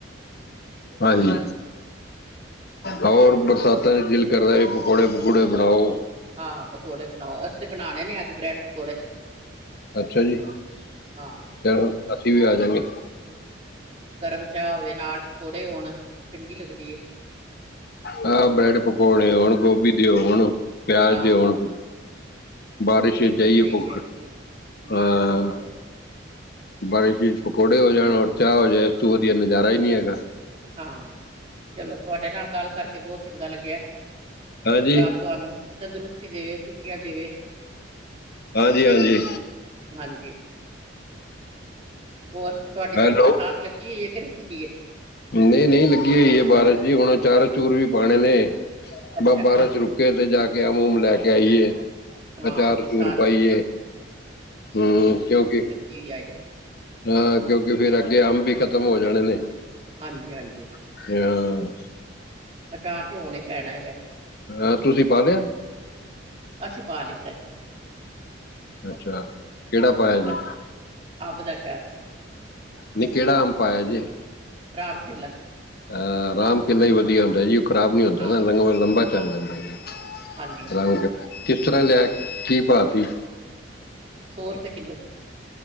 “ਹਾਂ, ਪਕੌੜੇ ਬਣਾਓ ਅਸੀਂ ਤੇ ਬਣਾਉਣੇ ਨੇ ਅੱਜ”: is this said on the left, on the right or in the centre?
Right